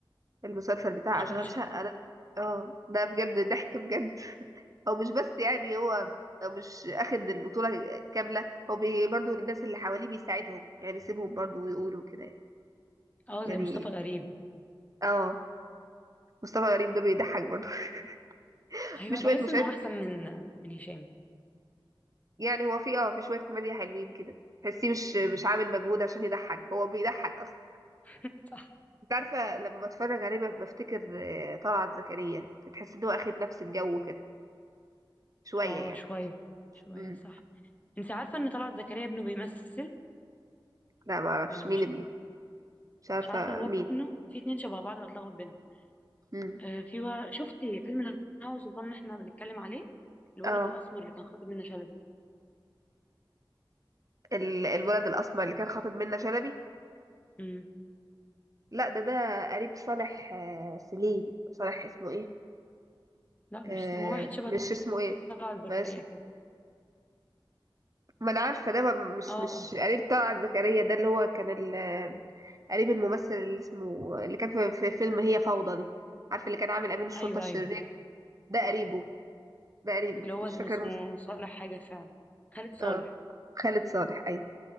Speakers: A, on the right; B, on the left.
A: المسلسل بتاع
B: اشغال
A: اشغال
B: شقه
A: شقة ده اه ده بجد ضحك بجد هو مش بس يعني هو مش اخد البطولة كاملة هو بي برضو الناس اللي حواليه بيساعدهم يعني بيسيبهم برضو ويقولوا كده
B: اه
A: يعني
B: زي مصطفى غريب
A: اه مصطفى غريب ده بيضحك برضو <laughs>
B: ايوه
A: في شوية
B: بحس
A: مشاهد
B: انه احسن من من هشام
A: يعني هو في اه في شوية كوميديا حلوين كده تحسيه مش مش عامل مجهود عشان يضحك هو بيضحك اصلا
B: <laughs> صح
A: انت عارفة لما بتفرج عليه بف- بفتكر آه، طلعت زكريا تحس ان هو اخد نفس الجو كده شوية
B: اه
A: يعني
B: شويه شويه
A: مم.
B: صح انت عارفه ان طلعت زكريا ابنه بيمثل
A: لا ما اعرفش
B: ولا
A: مين
B: مش
A: ابنه
B: ابنه
A: مش عارفة
B: مش عارفه هو
A: مين
B: ابنه في اتنين شبه بعض وهتلخبط بينهم
A: مم.
B: آه في و... شفتي فيلم الهوى سلطان اللي احنا بنتكلم عليه الولد
A: اه
B: الاسمر اللي كان خاطب منة شلبي
A: ال- الولد الاسمر اللي كان خاطب منة شلبي
B: امم
A: لا ده ده قريب صالح آه، سليم صالح اسمه ايه
B: لا
A: آه
B: مش هو واحد شبه
A: مش اسمه ايه
B: طلعت زكريا
A: ماشي
B: كده
A: ما انا عارفه ده ما- مش
B: اه اه
A: مش قريب طلعت زكريا ده اللي هو كان ال- آه، قريب الممثل اللي اسمه اللي كان في, في فيلم هي فوضى دي عارفه اللي كان عامل امين الشرطه
B: ايوه
A: الشرير
B: ايوه
A: ده
B: صح
A: قريبه ده قريبه
B: اللي هو
A: مش
B: اسمه
A: فاكره الممثل
B: صالح حاجه فعلا خالد صالح
A: اه خالد صالح ايوه